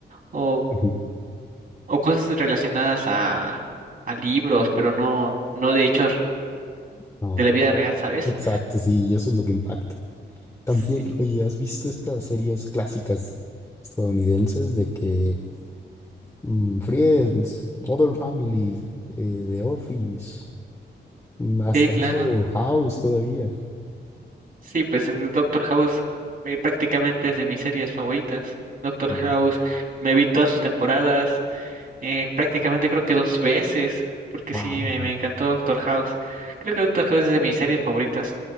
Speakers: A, on the right; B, on the left.
A: o,
B: Ujú.
A: o cosas relacionadas a, a libros, pero no, no de hechos
B: Ah,
A: de la vida real, ¿sabes?
B: exacto, sí, y eso es lo que impacta. También,
A: Sí,
B: oye, ¿has visto estas series clásicas estadounidenses de que mm, Friends, Modern Family, eh, The Office, mm, hasta
A: sí, claro.
B: eso House todavía?
A: Sí, pues eh, Doctor House eh, prácticamente es de mis series favoritas. Doctor
B: Y,
A: House, me vi todas sus temporadas, eh, prácticamente creo que dos veces, porque
B: wow,
A: sí, me, me encantó Doctor House. Creo que Doctor House es de mis series favoritas.